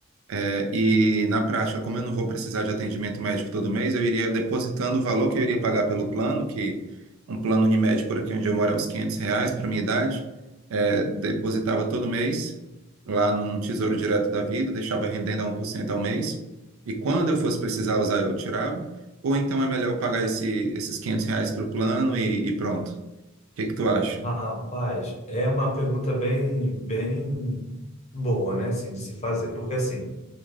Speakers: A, on the right (about 80°); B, on the left (about 35°).
A: é, E na prática, como eu não vou precisar de atendimento médico todo mês, eu iria depositando o valor que eu iria pagar pelo plano, que um plano Unimed por aqui onde eu moro é uns 500 reais para minha idade, é, depositava todo mês lá num Tesouro Direto da Vida, deixava rendendo a um por cento ao mês, e quando eu fosse precisar usar, eu tirava, ou então é melhor eu pagar esse, esses 500 reais para o plano e, e pronto. O que que tu acha?
B: Rapaz, é uma pergunta bem, bem boa, né, assim, de se fazer, porque assim,